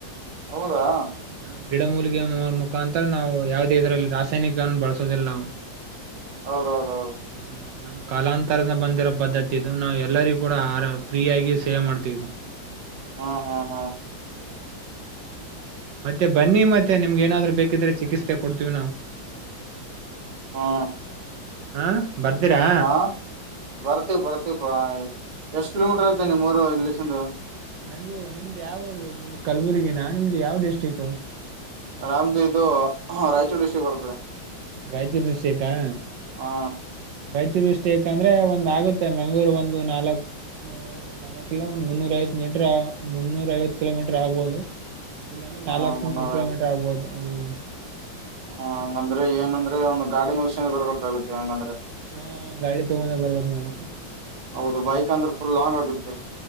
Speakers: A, on the right; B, on the right.
A: ಹೌದಾ
B: ಹ್ಮ್ ಗಿಡ ಮೂಲಿಕಯಾ ಮು ಮುಖಾಂತರ ನಾವು ಯಾವುದೇ ಇದ್ರಲ್ಲಿ ರಾಸಾಯನಿಕನ್ನ ಬಳಸೋದಿಲ್ಲ ನಾವು <inaudible>
A: ಹೌದೌದು
B: ಹ್ಮ್ ನಮ್ ಕಾಲಾಂತರದ ಬಂದಿರೋ ಪದ್ಧತಿ ಇದು ನಾವವು ಎಲ್ಲರಿ ಕೂಡ ಆ ಫ್ರೀ ಆಗಿ ಸೇವೆ ಮಾಡ್ತೀವಿದು
A: ಹ ಹ ಹ
B: ಮತ್ತೆ ಬನ್ನಿ ಮತ್ತೆ ನಿಮ್ಗೆ ಏನಾದ್ರು ಬೇಕಿದ್ರೆ ಚಿಕಿಸ್ತೆ ಕೊಡ್ತೀವಿ ನಾವು.
A: ಹಾ
B: ಹಾ ಬರ್ತೀರಾ.
A: ಆ ಬರ್ತೀವಿ ಬರ್ತೀವಿ ಪಾ ಎಷ್ಟು ಕಿಲೋಮೀಟರ್ ಐತೆ ನಿಮ್ಮ ಮೂರು ಇಲ್ಲಿಶಿಂದು.
B: ಬೆಂಗೂರು ನಿಮ್ದು ಯಾವುರ್ದು ನಿಮ್ದು ಕಲಬುರಗಿನ ನಿಮ್ದು ಯಾವ ಡಿಸ್ಟ್ರಿಕ್ಕು.
A: ನಮ್ದು ಇದು ರಾಯಚೂರು ಡಿಸ್ಟ್ರಿಕ್ ಬರ್ತದೆ.
B: ರಾಯಚೂರ ಡಿಸ್ಟ್ರಿಕ್ಕಾ.
A: ಹಾ
B: ರಾಯಚೂರ ಡಿಸ್ಟ್ರಿಕ್ಕ್ ಅಂದ್ರೆ ಒಂದ್ ಆಗುತ್ತೆ ಮಂಗಳೂರು ಒಂದು ನಾಲ್ಕು ಅ ನಾಲಕ್ಕಿಲ್ಲ ಒಂದ್ ಮುನ್ನೂರ ಐವತ್ ಮೀಟರ್ ಮುನ್ನೂರ ಐವತ್ತು ಕಿಲೋಮೀಟರ್ ಆಗ್ಬಹುದು. ಇಲ್ಲಂದ್ರ
A: ಹಾ
B: ನಾಲಕ್
A: ಮುನ್ನೂರ
B: ನೂರು ಕಿಲೋಮೀಟರ್ ಆಗ್ಬಹುದು ಹ್ಮ್.
A: ಹ ಹಂಗಂದ್ರೆ ಏನಂದ್ರೆ ಒಂದು ಗಾಡಿ ಮುಗಸಿನ ಬರ್ಬೇಕಾಗುತ್ತೆ ಹಂಗಂದ್ರೆ.
B: ಹ್ಮ್ ಗಾಡಿ ತಗೊಂಡೆ ಬರ್ಬೇಕ್ ನೀನು.
A: ಹೌದು ಬೈಕ್ ಅಂದ್ರೆ ಫುಲ್ ಲಾಂಗ್ ಆಗುತ್ತೆ.